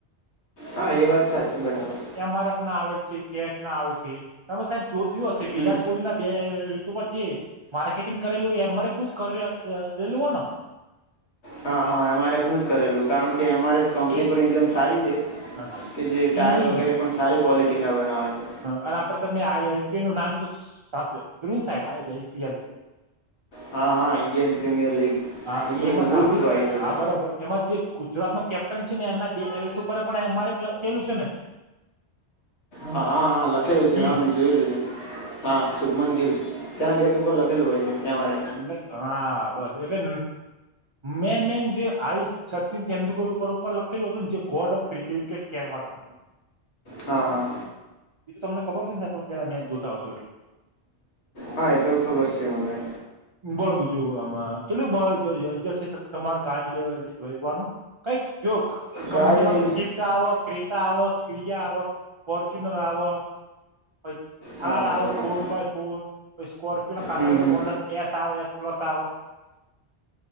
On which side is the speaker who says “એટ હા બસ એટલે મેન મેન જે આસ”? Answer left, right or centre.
Right